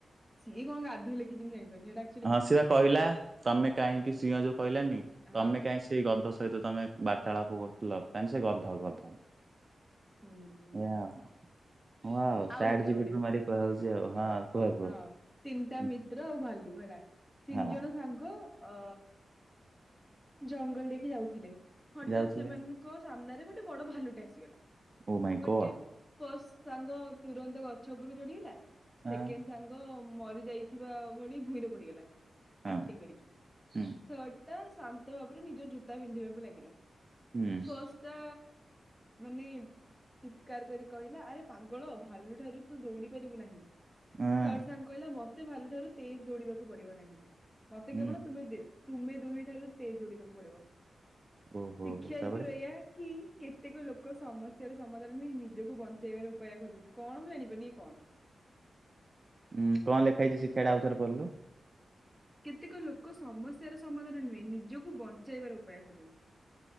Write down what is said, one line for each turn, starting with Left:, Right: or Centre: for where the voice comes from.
Centre: ସିଏ କଣ ଗାଧୋ ଲେଖିଛି ମୁଁ ଜଣିପାରୁନି ଇଟା
Right: ହଁ ସିଏ ବା କହିଲା ତମେ କାହିଁକି ସିଂହ ଯୋଉ କହିଲାନି
Centre: ହଁ
Right: ତମେ କାହିଁ ସେଇ ଗଧ ସହିତ ତମେ ବାର୍ତ୍ତାଳାପ କରୁଥିଲ କାଇଁ ସେ ଗଧ ଗଧ
Centre: ହୁଁ।
Right: ଏଇଆ ଆଉ ହଁ ଆଉ ଚାଟ୍
Centre: ଗୋଟେ
Right: ଜି
Centre: ଆଉ
Right: ପି
Centre: ଗୋଟେ
Right: ଟି ରୁ ମାରି କୁହା ହଉଛି ଆଉ ହଁ କୁହ କୁହ।
Centre: ହଁ ତିନିଟା
Right: ହୁଁ,
Centre: ମିତ୍ର ଆଉ ଭାଲୁ ହେଲା ତିନି
Right: ହଁ
Centre: ଜଣ ସାଙ୍ଗ। ଅ ଜଙ୍ଗଲ ଦେଇକି ଯାଉଥିଲେ ହଠାତ୍
Right: ଯାଉଥିଲେ
Centre: ସେମାନେ ଙ୍କ ସାମ୍ନାରେ ଗୋଟେ ବଡ ଭାଲୁଟେ ଆସିଗଲା
Right: ଓ ମାଇ
Centre: ଗୋଟେ
Right: ଗଡ୍
Centre: ପସ୍ ସାଙ୍ଗ ତୁରନ୍ତ ଗଛ ଉପରକୁ ଚଢିଗଲା
Right: ହଁ
Centre: ସେକେଣ୍ଡ ସାଙ୍ଗ ମରି ଯାଇଥିବା ଭଳି ଭୂଇଁରେ ପଡିଗଲା।
Right: ହଁ
Centre: ଏକ୍ଟିଙ୍ଗ କରିକି
Right: ହୁଁ।
Centre: ଥାର୍ଡ଼ଟା ଶାନ୍ତ ଭାବରେ ନିଜ ଜୋତା ପିନ୍ଧିବାକୁ ଲାଗିଲା।
Right: ହୁଁ
Centre: ଫସ୍ଟା ମାନେ ଚିତ୍କାର କରି କହିଲା ଆରେ ପାଗଳ ଭା ଭାଲୁ ଠାରୁ ତୁ ଦୌଡି ପାରିବୁ ନାହିଁ
Right: ଆଁ
Centre: ଥାଡ୍ ସାଙ୍ଗ କହିଲା ମତେ ଭାଲ ଠାରୁ ତେଜ ଦୌଡିବାକୁ ପଡିବ ନାହିଁ ମତେ
Right: ହୁଁ
Centre: କେବଳ ତୁମେ ଦି ତୁମେ ଦୁହେଁ ଠାରୁ ତେଜ ଦୌଡିବାକୁ ପଡିବ
Right: ଓହୋ
Centre: ଶିକ୍ଷା
Right: ହୋ। ତାପରେ
Centre: ଏଇଥିରୁ ଏଇଆ କି କେତେକ ଲୋକ ସମସ୍ୟାର ସମାଧାନ ହୁ ନିଜକୁ ବଞ୍ଚେଇବାର ଉପାୟ ଖୋଜନ୍ତି। କଣ ବା ଜାଣିବନି କଣ
Right: ଉଁ କଣ ଲେଖା ହେଇଛି ଶିଖ୍ୟାଟା ଆଉଥରେ ପଡିଲୁ?
Centre: କେତେକ ଲୋକ ସମସ୍ୟାର ସମାଧାନ ନୁହେଁ ନିଜକୁ ବଞ୍ଚେଇବାର ଉପାୟ ଖୋଜୋନ୍ତି।